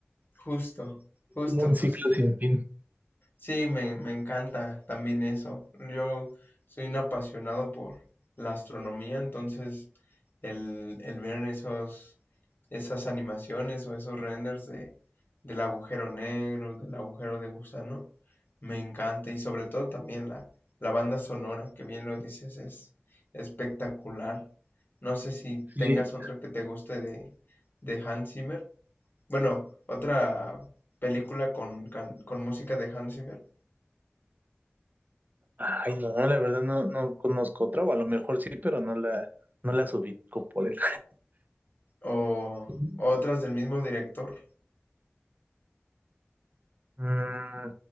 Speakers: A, on the left; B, on the right.
A: Justo, justo,
B: Como un ciclo
A: justo.
B: sin fin.
A: Sí, me, me encanta también eso. Yo soy un apasionado por la astronomía, entonces el, el ver esos, esas animaciones o esos renders de, del agujero negro, del agujero de gusano, me encanta. Y sobre todo también la, la banda sonora, que bien lo dices, es espectacular. No sé si
B: Sí.
A: tengas otra que te guste de, de Hans Zimmer. Bueno, otra película con, can- con música de Hans Zimmer.
B: Ay, no, la verdad no, no conozco otra, o a lo mejor sí, pero no la, no las ubico por él.
A: O
B: <laughs>
A: otras del mismo director.
B: Mm,